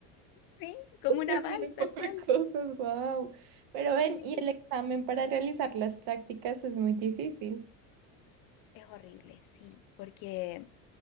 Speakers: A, on the left (about 55°); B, on the right (about 65°).
A: Sí, como una
B: Definir
A: bal,
B: un poco
A: tal cual.
B: de cosas, wow. Pero ven,
A: Sí.
B: y el examen para realizar las prácticas es muy difícil.
A: Es horrible, sí, porque